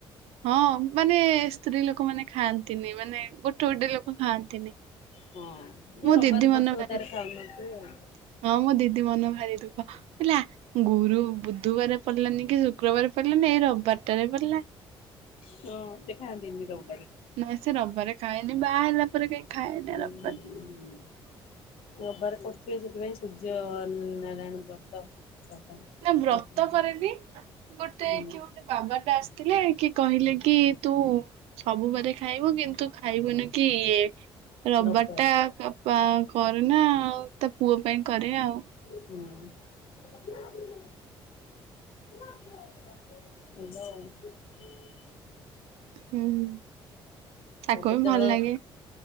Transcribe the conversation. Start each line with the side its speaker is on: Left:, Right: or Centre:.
Right: ହଁ ମାନେ ସ୍ତ୍ରୀ ଲୋକମାନେ ଖାଆନ୍ତିନି ମାନେ ଗୋଟେ ଗୋଟେ ଲୋକ । ଖାଆନ୍ତିନି
Left: ହଁ ଯିଏ
Right: ମୋ
Left: ରବିବାର
Right: ଦିଦି
Left: କରୁଥିବ
Right: ମନ ଭାରି
Left: ତାର
Right: ଦୁଃଖ
Left: ଖାଉନଥିବେ ଆଉ।
Right: ହଁ ମୋ ଦିଦି ମନ ଭାରି ଦୁଃଖ। <unintelligible> ଇଲା ଗୁରୁ ବୁଧବାର ପଡିଲାନି କି ଶୁକ୍ରବାର ପଡିଲାନି ଏଇ ରବିବାରଟାରେ ପଡିଲା।
Left: ହଁ ସେ ଖାଆନ୍ତିନି ରବି
Right: ନାଇଁ ସେ ରବିବାରେ ଖାଏନି ବାହା ହେଲା ପରେ କାଇଁ ଖାଏନା
Left: ହୁଁ
Right: ରବିବାରେ
Left: ହୁଁ ରବିବାରେ ତ ସିଏ ସେଥିପାଇଁ ସୂର୍ଯ୍ୟ ନାରାୟଣ ବ୍ରତ ରବିବାରେ।
Right: ନା ବ୍ରତ
Left: ସେଥିପାଇଁ ଖାଆନ୍ତି
Right: କରେନି ଗୋଟେ
Left: ହୁଁ
Right: କିଏ ଗୋଟେ ବାବା ଟା ଆସିଥିଲେ କି କହିଲେ କି ତୁ ସବୁ ବାରେ ଖାଇବୁ କିନ୍ତୁ ଖାଇବୁନ କି ଇଏ ରବାର
Left: ରବିବାରେ
Right: ଟା ନା ଆଉ ତା ପୁଅ ପାଇଁ କରେ ଆଉ।
Left: ହୁଁ ହାଲୋ।
Right: ହୁଁ ହୁଁ। ତାକୁ
Left: ଆଉ କେତେବେଳେ
Right: ବି ଭଲ ଲାଗେ